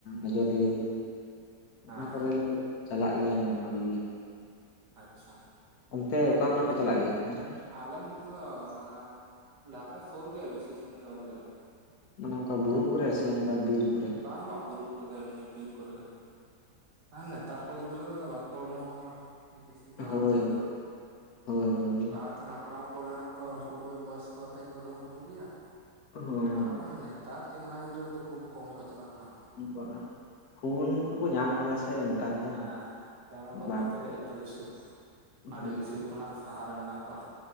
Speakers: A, on the left (about 65°); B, on the right (about 80°).
A: ᱟᱡᱚᱫᱤᱭᱟᱹ ᱵᱩᱨᱩ
B: ᱦᱮᱸ
A: ᱚᱱᱟ ᱠᱚᱨᱮᱞᱮ ᱪᱟᱞᱟᱜ ᱜᱮᱭᱟᱞᱮ ᱵᱷᱟᱹᱜᱤ ᱜᱮ
B: ᱟᱪᱪᱷᱟ
A: ᱚᱱᱛᱮ ᱚᱠᱟ ᱠᱚᱨᱮ
B: ᱛᱤᱱᱟᱹᱜ
A: ᱯᱮ ᱪᱟᱞᱟᱜ ᱜᱮᱭᱟ ᱥᱮᱸᱫᱽᱨᱟ
B: ᱟᱞᱮ ᱱᱚᱛᱮ ᱫᱚ ᱚᱱᱟ ᱫᱷᱟᱨᱮ ᱥᱩᱨ ᱜᱮᱭᱟ ᱵᱮᱥᱤ ᱥᱟᱺᱜᱤᱧ ᱫᱚ ᱵᱟᱞᱮ ᱪᱟᱞᱟᱜ ᱜᱮᱭᱟ
A: ᱚᱱᱮ ᱚᱝᱠᱟ ᱵᱩᱨᱩ ᱠᱚᱨᱮ ᱥᱮ ᱱᱚᱝᱠᱟ ᱵᱤᱨ ᱠᱚᱨᱮ?
B: ᱵᱟᱝ ᱵᱟᱝ ᱵᱩᱨᱩ ᱠᱚᱨᱮ ᱫᱚ ᱮᱢᱱᱤ ᱵᱤᱨ ᱠᱚᱨᱮ ᱜᱮ ᱟᱨ ᱱᱮᱛᱟᱨ ᱠᱚ ᱜᱤᱫᱽᱨᱟᱹ ᱵᱟᱠ ᱠᱚ ᱚᱰᱚᱠᱚᱜ ᱠᱟᱱᱟ ᱵᱤᱥᱤ ᱞᱟᱦᱟᱛᱮ
A: ᱦᱳᱭ
B: ᱞᱮᱠᱟ ᱫᱚ
A: ᱦᱳᱭ ᱦᱳᱭ
B: ᱞᱟᱦᱟᱫ ᱛᱮᱱ ᱦᱟᱯᱲᱟᱢ ᱠᱚ ᱢᱮᱱᱟᱜ ᱠᱚᱣᱟ ᱩᱝᱠᱩ ᱜᱮ ᱵᱚᱭᱚᱥᱠᱚ ᱟᱛᱮᱜ ᱠᱚ ᱩᱰᱩᱝᱚᱜ ᱦᱩᱭᱩᱜ ᱜᱮᱭᱟ
A: ᱦᱳᱭ
B: ᱟᱨ ᱵᱟᱠᱷᱟᱱ ᱱᱮᱛ ᱛᱟᱨ ᱪᱮᱝᱱᱟ ᱜᱤᱫᱽᱨᱟᱹ ᱠᱚᱫᱚ ᱠᱷᱩᱵ ᱠᱚᱢ ᱠᱚ ᱪᱟᱞᱟᱜ ᱠᱟᱱᱟ
A: ᱵᱟᱝ ᱯᱷᱩᱱ ᱠᱚᱠᱚ ᱧᱟᱢ ᱟᱠᱟᱫᱟ ᱥᱮ ᱱᱮᱛᱟᱨ ᱫᱚ
B: ᱟᱸ ᱦᱟᱸ ᱯᱷᱚᱱ ᱚᱰᱚᱝ
A: ᱵᱟᱝ
B: ᱠᱟᱛᱮ
A: ᱠᱚ
B: ᱜᱮ ᱡᱚᱛᱚ ᱠᱤᱪᱷᱩ ᱟᱹᱰᱤ
A: ᱦᱩᱸ
B: ᱠᱤᱪᱷᱩ ᱠᱷᱚᱱᱟᱜ ᱥᱟᱦᱟ ᱨᱮ ᱢᱮᱱᱟᱜ ᱠᱚᱣᱟ